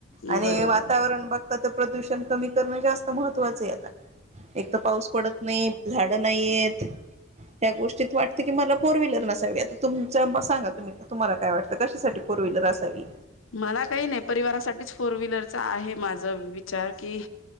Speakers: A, on the right (about 35°); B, on the left (about 85°).
A: आणि
B: बरोबर.
A: वातावरण बघता त प्रदूषण कमी करणं जास्त महत्त्वाचं आहे आता, एक तर पाऊस पडत नाहीयेत. झाड नाहीेयेत ह्या गोष्टीत वाटत की मला फोर व्हिलर नसावी. आता तुमच्या सांगा तुम्ही तुम्हाला काय वाटत कशासाठी फोर व्हीलर आस सवी
B: मला काही नाही परिवारासाठीच फोर व्हिलरचं आहे माझ वि चार की